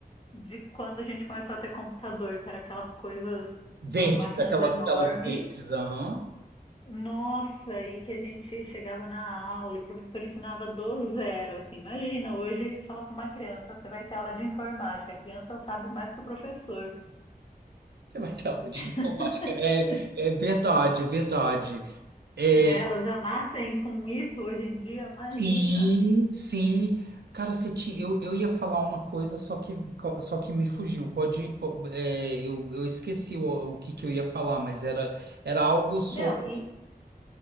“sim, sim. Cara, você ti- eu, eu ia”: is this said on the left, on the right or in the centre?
Right